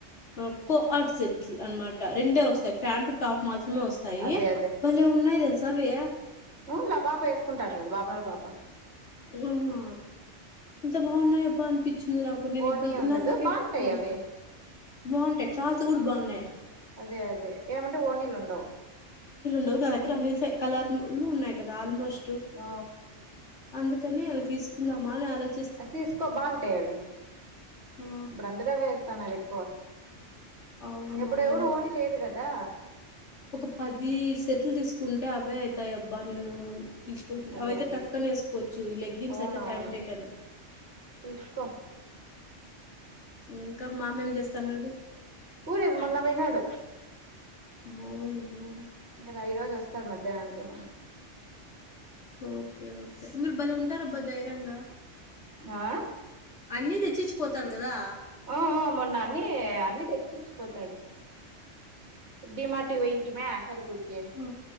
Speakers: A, on the left; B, on the right.
A: ఆ కోఅట్సెట్లు అన్మాట రెండే వస్తాయి ఫ్యాన్టు టాప్ మా. త్రమే వస్తాయి
B: అదే
A: భళ్లే ఉన్నాయి తెల్సావి
B: ఉన్లే ఆ పాప ఏసుకుంటంది కదా బాపనోళ్ళ పాప
A: హవునా ఎంత బాగున్నాయ అబ్బా అనిపిచ్చింది, నాకు నేను
B: ఓని
A: ఎప్పుడు
B: ఉండదు
A: ఇన్నాళ్లదాకా
B: బాగుంటాయి
A: ఎప్పుడూ చూడ్లా.
B: అవి
A: బాగుంటాయి క్లాస్ కూడా బావున్నాయి
B: అదే అదే ఏమంటె ఓణీలుండవు
A: డు నా దగ్గర అన్ని సే కలర్లు ఉన్నాయి కదా ఆల్మోస్
B: ఆ
A: అందుకనే అవి తీసుకుందామా అని ఆలో
B: ఆ తీసుకో బాగుంటాయవి
A: ఆ
B: ఇప్పుడందరు అవే ఏస్తన్నారు ఎక్కువ.
A: అవునవును
B: ఎప్పుడు ఎవరు ఓనీలేయరు కదా
A: ఒక పది సెట్లు తీసుకుంటే అవే అయితాయబ్బా నేను పిలిచిపోమేకి
B: అదే
A: అవైతే
B: అదే
A: టక్కనీ వేసుకోవచ్చు ఈ లెగ్గిన్స్
B: అవునవును
A: అయితే టైమ్ టేకన్.
B: తీసుకో
A: ఇంకా మామేం చేస్తాన్నాడు
B: ఊరి మొన్న పోయినాడు
A: అవునా
B: ఇంగరా రోజు వస్తాడు మధ్యాహ్నాకేమన్న
A: ఓకే, ఓకే మీరు బలే ఉంటారబ్బా ధైర్యంగా.
B: ఆ
A: అన్ని తెచ్చించిపోతాడు కదా
B: ఆ ఆ మొన్న అన్ని అన్ని తెచ్చిచ్చిపోతాడు డి మార్ట్ కి పోయింటిమే సరుకుల్కి
A: ఆ